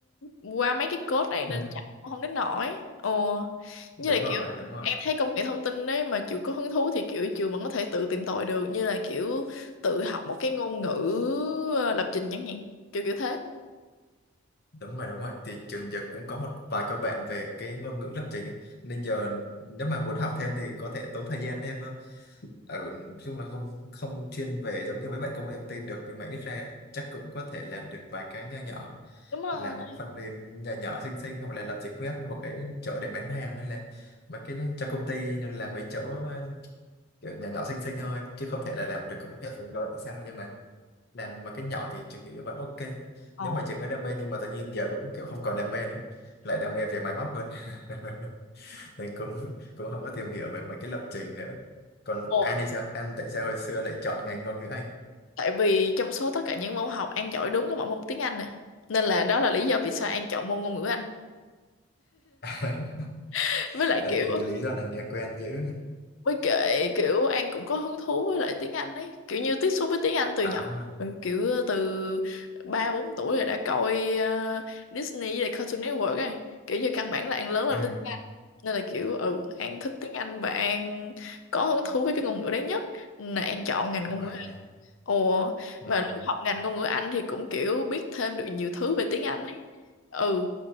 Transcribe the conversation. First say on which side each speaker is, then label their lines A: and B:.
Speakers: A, on the left; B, on the left.
A: qua mấy cái code này nên
B: ừ,
A: chắc cũng không đến nổi ồ như
B: đúng
A: là
B: rồi
A: kiểu
B: đúng rồi
A: em thấy công nghệ thông tin đấy mà chịu có hứng thú thì kiểu chịu mà có thể tự tìm tòi được như là kiểu tự học một cái ngôn ngữ ờ, lập trình chẳng hạn kiểu kiểu thế
B: đúng rồi đúng rồi thì trường giờ cũng có một vài cơ bản về cái ngôn ngữ lập trình ấy. nên giờ nếu mà muốn học thêm thì có thể tốn thời gian thêm hơn ở nói chung là không không chuyên về giống như mấy bạn công nghệ thông tin được nhưng mà ít ra chắc cũng có thể làm được vài cái nho nhỏ
A: đúng rồi
B: làm một phần mềm nhỏ nhỏ xinh xinh hoặc là lập trình web một cái chỗ để bán hàng hay là mà cái cho công ty nên làm mấy chỗ ờ, kiểu nhỏ nhỏ xinh xinh thôi chứ không thể là làm được một hệ thống lớn hay sao nhưng mà làm mà cái nhỏ thì chị nghĩ vẫn ok
A: ồ
B: nếu mà chị có đam mê nhưng mà tự nhiên giờ cũng kiểu không còn đam mê nữa lại đam mê về máy móc hơn <laughs> nên cũng cũng không có tìm hiểu về mấy cái lập trình nữa còn
A: ồ
B: An thì sao An tại sao hồi xưa lại chọn ngành ngôn ngữ Anh
A: tại vì trong số tất cả những môn học An giỏi đúng có một môn tiếng Anh nè nên là đó là lý do vì sao An chọn môn ngôn ngữ Anh
B: <laughs>
A: <laughs> với lại
B: à,
A: kiểu
B: cái lý do này nghe quen dữ
A: với kệ kiểu An cũng có hứng thú với lại tiếng Anh ấy kiểu như tiếp xúc với tiếng Anh từ
B: à
A: nhỏ Ừ, kiểu từ ba bốn tuổi rồi đã coi ờ, Disney với lại Cartoon Network rồi kiểu như căn bản là An lớn lên
B: ừ
A: với tiếng Anh nên là kiểu ừ An thích tiếng Anh và An có hứng thú với cái ngôn ngữ đấy nhất nên là An chọn ngành ngôn
B: và
A: ngữ Anh ồ
B: và
A: mà học ngành ngôn ngữ Anh thì cũng kiểu biết thêm được nhiều thứ về tiếng Anh ấy ừ